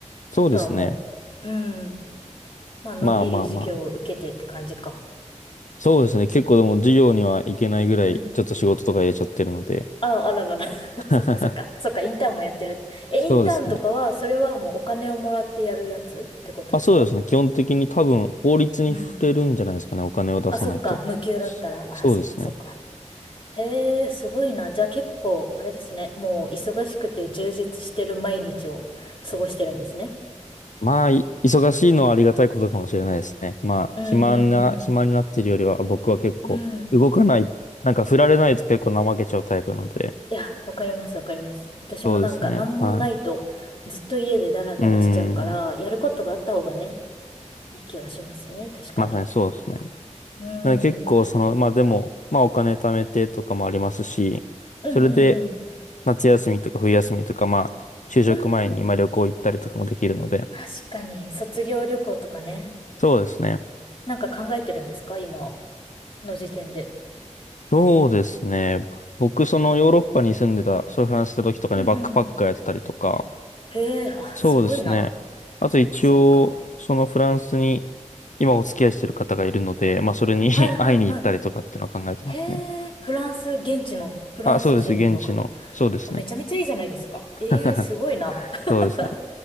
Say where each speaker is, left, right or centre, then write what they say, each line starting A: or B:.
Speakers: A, on the left (about 80°); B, on the left (about 45°).
A: そうですね。
B: あとはもう、うん。まあ、のんびり授業を受けてって感じか。
A: まあまあまあ。そうですね。結構でも授業には行けないぐらい、
B: うん。
A: ちょっと仕事とか入れちゃってるので。
B: あ、あららら。<laughs>
A: <laughs>
B: そっかそっか。そっか、インターンもやってる。え、
A: そうですね。
B: インターンとかは、それはもうお金をもらってやるやつってことですか
A: まあそうですね。基本的に多分法律に触れるんじゃないですかね。
B: うん。
A: お金を出さないと。
B: あ、そっか。無給だったら。
A: そそうですね。
B: あ、そっかそっか。へえ、すごいな。じゃあ結構、あれですね。もう忙しくて充実してる毎日を過ごしてるんですね。
A: まあ、い忙しいのはありがたいことかもしれないですね。まあ、
B: うんうん
A: 暇な、暇になってるよりは、僕は結構動かない、
B: うん。うん。
A: なんか振られないと結構怠けちゃうタイプなので、
B: いや、わかりますわかります。私もなんか何もないとずっと家でダラダラしちゃうから、
A: そうですね。はい。うーん。
B: やることがあった方がね、いい気はしますね。確かに。
A: まさにそうですね。
B: うん。
A: なので結構その、
B: うん
A: まあでも、まあお金貯めてとかもありますし、
B: うんうん。
A: それで夏休みとか冬休みとか、まあ、就職前にまあ旅行行ったりとかもできるので、
B: うん。確かに、卒業旅行とかね。
A: そうですね。
B: なんか考えてるんですか今の時点で。
A: そうですね。僕、そのヨーロッパに住んでた、そういう話した時とかね、
B: ううんうん
A: バックパッカーやってたりとか、
B: へえ、あ、
A: そうですね。
B: すごいな。
A: あと一応、
B: そっかそっか。
A: そのフランスに今お付き合いしてる方がいるので、まあそれに
B: はいはいはい。
A: <laughs> 会いに行ったりとかっていうのは考えてますね。
B: へえ、フランス、現地のフランス人の方。
A: あ、そうです。現地の。そうですね。
B: あ、めちゃめちゃいいじゃないですか。
A: <laughs>
B: ええ、すごいな。<laughs>
A: そうですね。